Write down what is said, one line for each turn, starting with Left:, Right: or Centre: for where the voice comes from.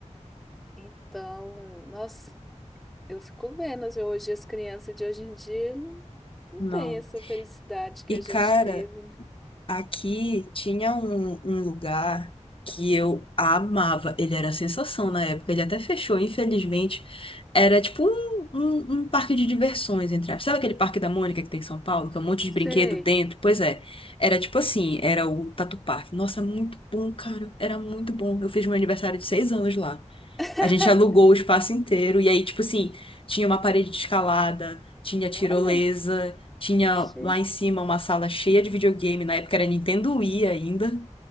Centre: Então, nossa, eu fico vendo assim, hoje as crianças de hoje em dia não, não
Left: Não.
Centre: têm essa felicidade que
Left: E,
Centre: a gente
Left: cara.
Centre: teve, né?
Left: Aqui tinha um, um lugar que eu amava. Ele era a sensação na época. Ele até fechou, infelizmente. Era tipo um, um, um parque de diversões, entre aspas. Sabe aquele Parque da Mônica que tem em São Paulo? Que é um monte de
Centre: Sei.
Left: brinquedo dentro? Pois é. Era tipo assim, era o Tatu Parque. Nossa, muito bom, cara. Era muito bom. Eu fiz meu aniversário de seis anos lá.
Centre: <laughs>
Left: A gente alugou o espaço inteiro. E aí, tipo assim, tinha uma parede de escalada, tinha tirolesa,
Centre: Olha,
Left: tinha
Centre: achei
Left: lá em cima uma sala cheia de videogame. Na época era Nintendo Wii ainda.